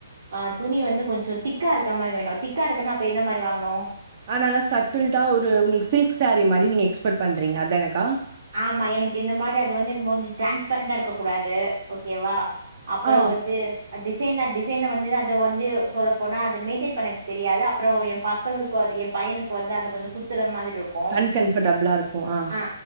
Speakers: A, on the right; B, on the right.
A: அ துணி வந்து கொஞ்சோ திக் காருக்க மாரி வேணு திக்காருக்கன்னா அப்ப எந்த மாரி வாங்கணு
B: ஆனால சட்டில்டா ஒரு உங்ளுக் சில்க் சேரி மாரி நீங்க எக்ஸ்பெட் பண்றீங்க அதானக்கா
A: ஆமா எனக்கு இந்த மாதிரி அது வந்து கொஞ்சம் டிரான்ஸ்பரண்டா இருக்க கூடாது ஓகேவா அப்புறம்
B: ஆ
A: வந்து டிசைன டிசைன வந்து அது வந்து சொல்லப்போனா அது மெயின்டென் பண்ணக்கு தெரியாது அப்புறம் என் பசங்களுக்கும் அது என் பையனுக்கு வந்து அது கொஞ்ச குத்துற மாதிரி இருக்கு
B: கன் கன்பர்டபிளா இருக்கும் ஆஹ்
A: ஆ